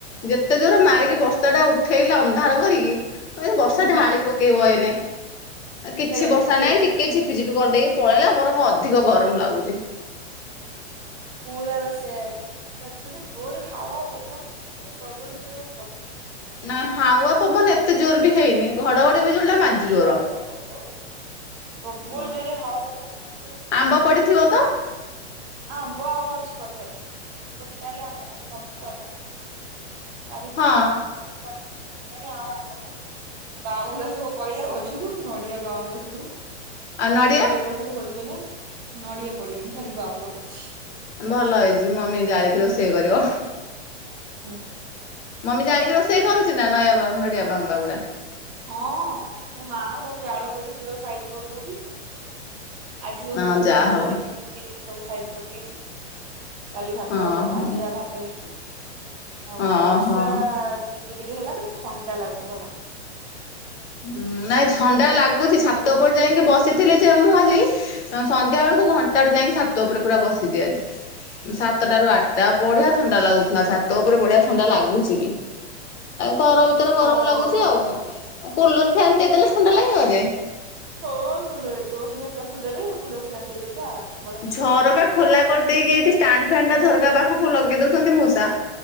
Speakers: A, on the left (about 85°); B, on the right (about 20°).
A: ଯେତେ ଜୋର ମାରିକି ବର୍ଷା ଟା ଉଠେଇଲା ଅନ୍ଧାର କରିକି। କ ବର୍ଷା
B: ହୁଁ
A: ଢାଳି
B: ହୁଁ
A: ପକେଇବ ଏଇନେ, କିଛି
B: ହେଲାନି
A: ବର୍ଷା ନାହିଁ ଟିକେ ଝିପ୍ ଝିପି ଝିପି କରିଦେଇକି ପଳେଇଲା ବରଂ ଅଧିକ ଗରମ ଲାଗୁଛି।
B: ପୁରା ବା ସେୟଆ ଏଠି କିନ୍ତୁ ଜୋରେ ହାୱା ପବନ <unintelligible> ଗଡ଼ଡୁଛି।
A: ନାଁ ହାୱା ପବନ ଏତେ ଜୋର ବି ହେଇନି, ଘଡଘଡ ବିଜୁଳିଟା ମାରିଚି
B: ନାଇଁ
A: ଜୋର।
B: ଇଆଡେ ତ ପ୍ରବଳ ପ୍ରବଳ
A: ଓ
B: ଜୋରେ ହାୱା <unintelligible>
A: ଆମ୍ବ ପଡ଼ିଥିବ ତ?
B: ଆମ୍ବ ଆଉ ଅଛି ଗଛରେ, ଟୋଟାଲି ଆମ୍ବ ନାଇ ସବୁ ସାଇଲାଣି। ପାରିପୂରି
A: ହଁ
B: ସବୁ କିଏ କୁଆଡେ ନେଇସାରିଲେଣି ଆଉ ଆମ୍ୱ ନାହିଁ। ବାଉଙ୍ଗା ସବୁ ପଇଲା ଗଛରୁ, ନଡିଆ ବାଉଙ୍ଗା ସବୁ।
A: ଆଉ
B: <unintelligible>
A: ନଡିଆ
B: ଥିଲା ଯୋଉଗୁଡା ସବୁ ଗଡି ପଡିଲା ନଡିଆ ପଡିନି ଖାଲି ବାଉଙ୍ଗା ପଡିଛି।
A: ଭଲ ହେଇଛି, ମମି ଜାଳିକି ରୋଷେଇ କରିବ।
B: ହଁ।
A: ମମି ଜାଳିକି ରୋଷେଇ କରୁଛି ନା ନାଇଁ ମ ମିଡିଆ ବାହୂଙ୍ଗା ଗୁଡା।
B: ହଁ ମୋ ମା ସବୁ ଜାଳ କେଡ଼େ ସୁନ୍ଦର ସାଇଜି କରିଦଉଛି ଆଜି ସବୁ
A: ହଁ
B: ପେଟି
A: ଯା
B: ମେଞ୍ଚେ
A: ହଉ
B: ଥିଲା ପେଟି ଚିରିକି ସବୁ ସାଇଜ। କଲା। କରିଦେଇଛି କାଲି ଭାତ
A: ହଁ
B: ହବ
A: ହଁ
B: ଆଜି ଯାହା ଭାତ ହେଇଛି। ଆଉ
A: ହଁ
B: ବର୍ଷା
A: ହଁ
B: ଟିକେ ଟିକେ ହେଲା କିନ୍ତୁ ଥଣ୍ଡା ଲାଗୁଛି ଭଲ।
A: ହଁ ନାଇଁ ଥଣ୍ଡା ଲାଗୁଛି
B: ଯେତିକି
A: ଛାତ
B: ସମୟ
A: ଉପରେ
B: ହେଇଛି
A: ଯାଇକି ବସି ଥିଲେ ଯେ ମୁଁ ଆଜି ସନ୍ଧ୍ୟା ବେଳକୁ ଘଣ୍ଟା ଟେ ଯାଇକି ଛାତ ଉପରେ ପୁରା ବସିଛିି ଆଜି। ସାତଟାରୁ
B: ହଁ।
A: ଆଠଟା ବଢିଆ। ଥଣ୍ଡା ଲାଗୁଥିଲା ଛାତ ଉପରେ ବଢିଆ ଥଣ୍ଡା ଲାଗୁଛି ବି ଘର ରେ ଗରମ
B: ହଁ
A: ଲାଗୁଛି
B: ହଁ
A: ଆଉ କୁଲର ଫ୍ୟାନ୍ ଦେଇଦେଲେ ଥଣ୍ଡା ଲାଗିବ ଯେ
B: ହଉ ଭଲ ଥଣ୍ଡା ଲାଗିବଝରକା ଖୋଲି ଦେଲେ କୁଲରଫ୍ୟନ୍ ଦେଇଦେଲେ ଆରାମସେ ବଢିଆ ଥଣ୍ଡା
A: ଝରକା
B: ଲାଗିବ।
A: ଖୋଲା କରିଦେଇକି ଏଠି ଷ୍ଟାଣ୍ଡ ଫ୍ୟାନ ଟା ଝରକା ପାଖକୁ ଲଗେଇ ଦଉଛନ୍ତି ମୂଷା